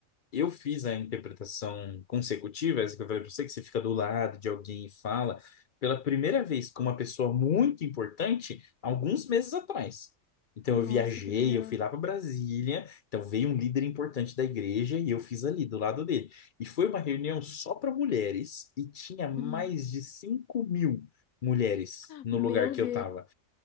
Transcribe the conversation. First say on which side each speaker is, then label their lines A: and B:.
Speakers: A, on the left; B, on the left.
A: Eu fiz a interpretação consecutiva, essa que eu falei pra você, que você fica do lado de alguém e fala, pela primeira vez com uma pessoa muito importante, alguns meses atrás. Então
B: Nossa,
A: eu viajei,
B: que legal.
A: eu fui lá para Brasília, então veio um líder importante da igreja e eu fiz ali do lado dele. E foi uma reunião só para mulheres e tinha mais
B: Uhum.
A: de 5 mil mulheres no
B: Meu
A: lugar que
B: Deus.
A: eu tava.